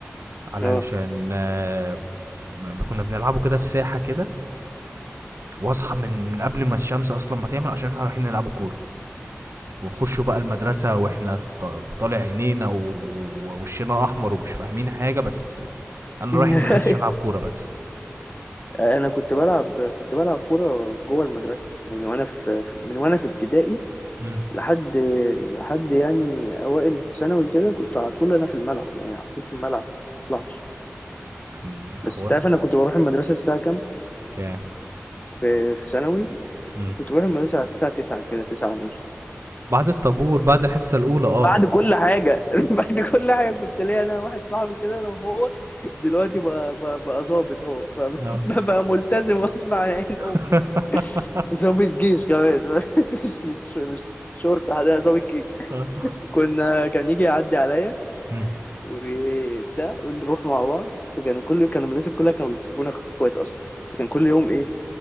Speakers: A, on the right; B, on the left.
A: علشان
B: اه
A: آه، ب- كنا بنلعبه كده في ساحه كده واصحى من من قبل ما الشمس اصلا ما تعمل عشان احنا رايحين نلعب كوره ونخش بقى المدرسة واحنا ط- طالع عينينا و- ووشنا احمر ومش فاهمين حاجة بس انا
B: <coughs>
A: رايح المدرسة عشان العب
B: <laughs>
A: كورة بس
B: انا كنت بلعب كنت بلعب كوره جوه المدرسه يعني وانا في في- من وانا في ابتدائي
A: امم
B: لحد لحد يعني اوائل ثانوي كده كنت على طول انا في الملعب يعني على طول في الملعب ما بطلعش
A: كان
B: بس
A: حوار
B: انت عارف انا كنت بروح المدرسه الساعه كام
A: كان
B: في في ثانوي
A: امم
B: كنت بروح المدرسه على الساعه 9 كده 9 ونص
A: بعد الطابور بعد الحصة الاولى اه
B: بعد كل حاجه <laughs> بعد كل حاجه كنت ليا انا واحد صاحبي كده انا وهو دلوقتي بقى بقى, بقى ظابط هو فبقى
A: اه اه
B: <laughs> ملتزم غصب عن عين
A: <laughs>
B: امه ضابط جيش كمان <laughs> مش مش مش شرطة ده ضابط جيش
A: اه
B: كنا كان يجي يعدي عليا
A: <applause> مم.
B: وبتاع ونروح مع بعض فكانوا كل يوم كانوا المدرسة كلها كانوا بيفتكرونا اخوات اصلا فكان كل يوم ايه